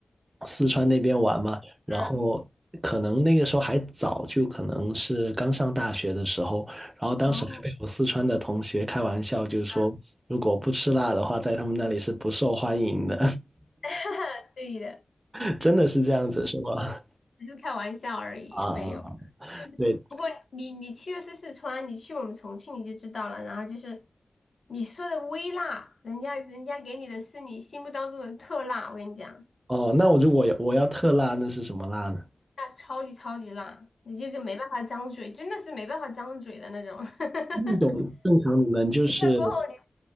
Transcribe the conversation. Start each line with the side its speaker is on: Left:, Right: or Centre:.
Right: 四川那边玩嘛，然后可能那个时候还早，
Left: 嗯，
Right: 就可能是刚上大学的时候，然后当时还被我四川的同学开玩笑，
Left: 哦，
Right: 就是说如果不吃辣的话，
Left: 嗯，
Right: 在他们那里是不受欢迎的，
Left: <laughs> 对的。
Right: <laughs> 真的是这样子是吗？
Left: 只是开玩笑而已，
Right: 啊，啊，
Left: 没有。是，
Right: 对，
Left: 不过你你去的是四川，你去我们重庆你就知道了。然后就是你说的微辣，人家人家给你的是你心目当中的特辣。我跟你讲，
Right: 哦，那我如果要我要特辣，那是什么辣呢？
Left: 那超级超级辣，你这个没办法张嘴，真的是没办法张嘴的那种。<laughs> 吃
Right: 那种正常你们就是
Left: 了过后